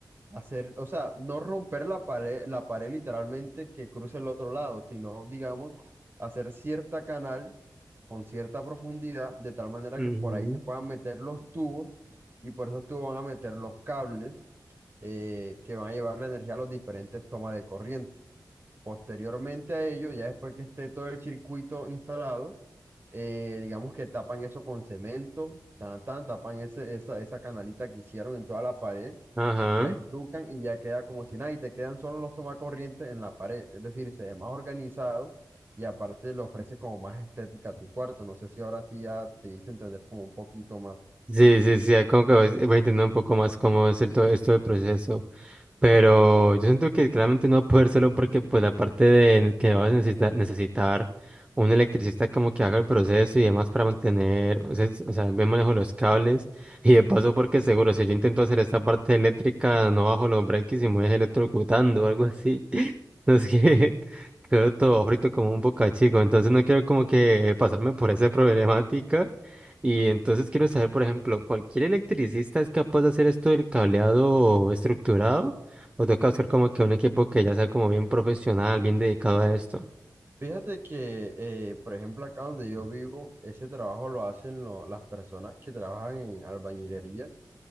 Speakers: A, on the right; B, on the right.
A: Hacer, o sea, no romper la pared, la pared literalmente que cruce el otro lado, sino, digamos, hacer cierta canal con cierta profundidad, de tal manera
B: ujú,
A: que por ahí se puedan meter los tubos y por esos tubos van a meter los cables eh, que van a llevar la energía a los diferentes tomas de corriente. Posteriormente a ello, ya después que esté todo el circuito instalado, eh, digamos que tapan eso con cemento, tan, tan, tapan ese, esa, esa canalita que hicieron en toda la pared
B: ajá,
A: la estucan y ya queda como si nada, y te quedan solo los tomacorrientes en la pared, es decir, se ve más organizado y aparte le ofrece como más estética a tu cuarto, no sé si ahora sí ya te hice entender como un poquito más.
B: sí, sí, sí, como que voy voy entendiendo un poco más cómo es el, todo esto del proceso. Pero yo siento que claramente no va a poder solo porque, pues, aparte de que vas a necesita- necesitar un electricista como que haga el proceso y demás para mantener, o sea, o sea, el buen manejo de los cables. <laughs> Y de paso, porque seguro, si yo intento hacer esta parte eléctrica, no bajo los breaks y me voy electrocutando o algo así. <laughs> No sé, <laughs> quedo todo frito como un bocachico. Entonces, no quiero como que pasarme por esa problemática. Y entonces quiero saber, por ejemplo, ¿cualquier electricista es capaz de hacer esto del cableado estructurado? O toca buscar como que un equipo que ya sea como bien profesional, bien dedicado a esto.
A: Fíjate que, eh, por ejemplo, acá donde yo vivo, ese trabajo lo hacen lo- las personas que trabajan en albañilerías.